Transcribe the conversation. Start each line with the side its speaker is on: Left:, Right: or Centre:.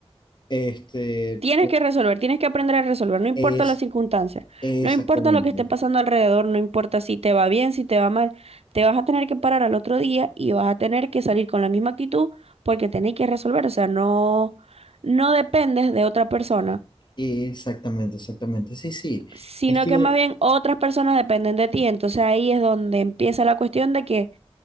Left: este,
Right: Tienes que resolver, tienes que aprender a resolver, no importa
Left: es
Right: las circunstancias,
Left: exactamente,
Right: no importa lo que esté pasando alrededor, no importa si te va bien, si te va mal, te vas a tener que parar al otro día y vas a tener que salir con la misma actitud porque tenés que resolver, o sea, no, no dependes de otra persona,
Left: exactamente, exactamente, sí, sí.
Right: sino
Left: Es que
Right: que más bien otras personas dependen de ti, entonces ahí es donde empieza la cuestión de que